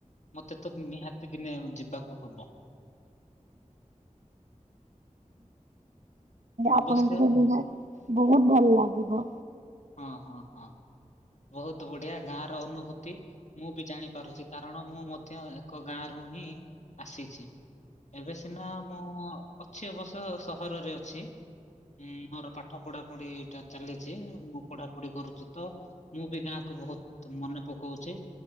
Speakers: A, on the left; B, on the right.
A: ମତେ ତ ନିହାତି ଦିନେ ଉ ଯିବାକୁ ହବ। ଅବଶ୍ୟ
B: ଆପଣଙ୍କୁ ବି <unintelligible> ବହୁତ୍ ଭଲ୍ ଲାଗିବ।
A: ଅଁ ହଁ ହଁ ବହୁତ୍ ବଢିଆ ଗାଁ ର ଅନୁଭୂତି। ମୁଁ ବି ଜାଣିପାରୁଛି କାରଣ ମୁଁ ମଧ୍ୟ ଏକ ଗାଁ ରୁ ହିଁ ଆସିଛି। ଏବେ ସିନା ମୁଁ ଅଛି ଅବଶ୍ୟ ସହରରେ ଅଛି। ଉଁ ମୋର ପାଠ ପଢା ପଢିଟା ଚାଲିଛି ମୁଁ ପଢାପଢି କରୁଚି ତ ମୁଁ ବି ଗାଁକୁ ବହୁତ୍ ମନେ ପୋକଉଛି।